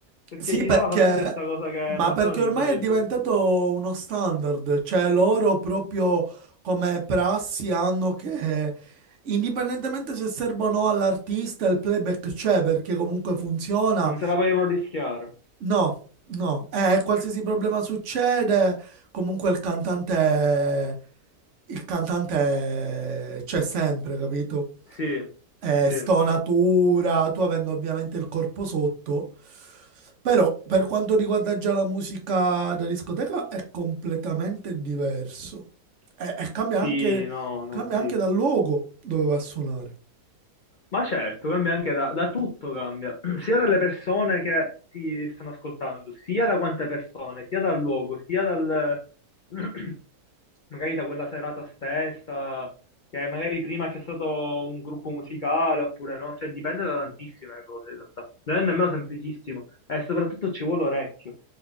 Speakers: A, on the left; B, on the right.
A: perché
B: Sì,
A: gli
B: perché,
A: dava fastidio sta cosa che
B: ma
A: lo mettevano
B: perché
A: in
B: ormai
A: playback.
B: è diventato uno standard, cioè loro proprio come prassi hanno che indipendentemente se serve o no all'artista, il playback c'è perché comunque funziona.
A: Non se la vogliono rischiare.
B: No, no, eh, qualsiasi problema succede, comunque il cantante, il cantante c'è sempre, capito?
A: Sì,
B: Eh,
A: sì.
B: stonatura, tu avendo ovviamente il corpo sotto. Però per quanto riguarda già la musica da discoteca è completamente diverso. E, e cambia
A: Sì,
B: anche,
A: no, no,
B: cambia
A: sì.
B: anche dal luogo dove va a suonare.
A: Ma certo, cambia anche da, da tutto, cambia, <clears throat> sia dalle persone che ti stanno ascoltando, sia da quante persone, sia dal luogo, sia dal... <clears throat> magari da quella serata stessa, che magari prima c'è stato un gruppo musicale oppure no, cioè dipende da tantissime cose in realtà, non è nemmeno semplicissimo e soprattutto ci vuole orecchio,